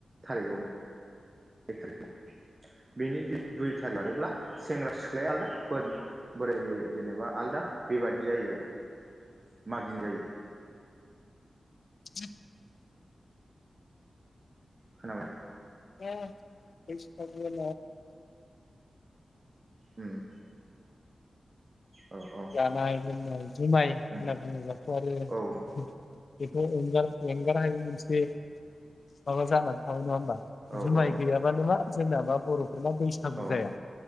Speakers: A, on the right; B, on the left.
A: थारिखआवनो <unintelligible> बिनि जि दुइ बारोब्ला सेंग्रा सिख्लाया आलदा बोराय बुरै जायो जेनेबा आलदा बेबादि जायो आरो मागिन जायो।
B: <inaudible>
A: खोनाबायना
B: <unintelligible> <unintelligible> फोरनाव
A: उम औ औ
B: जानाय लोंनाय जुमाय होनना
A: उम
B: बुङोबाथ' आरो
A: औ
B: बेथ' एंगार एंगार हायि मोनसे माबा जानानै थाबाय नङा होमबा?
A: औ
B: जुमाइ
A: औ
B: गैयाबानो मा सोरनाबा बर' एबा बैसागु
A: औ
B: जाया